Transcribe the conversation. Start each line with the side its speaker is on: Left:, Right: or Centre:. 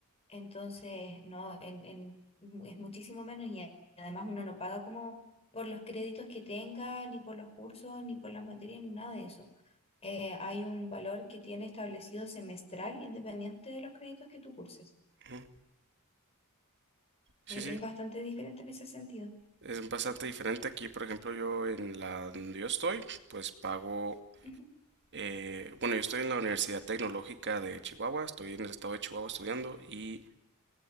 Left: Entonces, no, en, en- mu- es muchísimo menos y a- además uno no paga como por los créditos que tenga, ni por los cursos, ni por las materias, ni nada de eso. Eh, hay un valor que tiene establecido semestral independiente de los créditos que tú curses.
Right: Ujú. Sí,
Left: Eh,
Right: sí.
Left: es bastante diferente en ese sentido.
Right: Es bastante diferente aquí. Por ejemplo, yo en la donde yo estoy, pues pago...
Left: Ujú.
Right: eh, bueno, yo estoy en la Universidad Tecnológica de Chihuahua. Estoy en el estado de Chihuahua estudiando y...